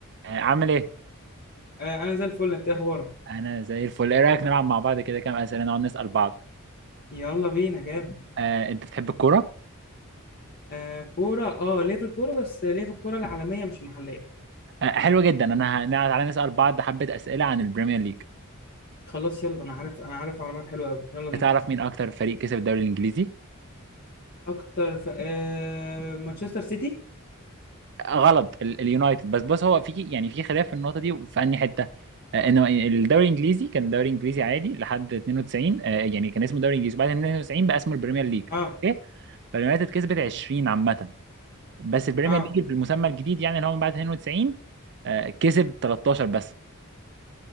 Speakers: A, on the right (about 55°); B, on the left (about 45°).
A: آه، عامل ايه؟
B: آه انا زي الفل انت إيه اخبارك
A: انا زي الفل ايه رايك نلعب مع بعض كده كام اسئله نقعد نسال بعض
B: يلا بينا جامد
A: آه، انت بتحب الكوره؟
B: آه كوره اه ليه في الكوره بس ليه في الكوره العالميه مش المحليه
A: آه، حلو جدا انا ه- تعالى نسال بعض حبه اسئله عن البريمير ليج
B: خلاص يلا انا عارف انا عارف معلومات حلوه قوي يلا بينا
A: تعرف مين اكتر فريق كسب الدوري الانجليزي؟
B: اكتر في آه مانشستر سيتي
A: آه، غلط ال- اليونايتد بس بص هو في يعني في خلاف في النقطه دي في انهي حته؟ آه، انه الدوري الانجليزي كان دوري انجليزي عادي لحد 92 آه، يعني كان اسمه دوري انجليزي بعد 92 بقى اسمه البريمير ليج
B: اه
A: اوكي فاليونايتد كسبت 20 عامه بس البريمير
B: اه
A: ليج بالمسمى الجديد يعني اللي هو من بعد 92 آه، كسب 13 بس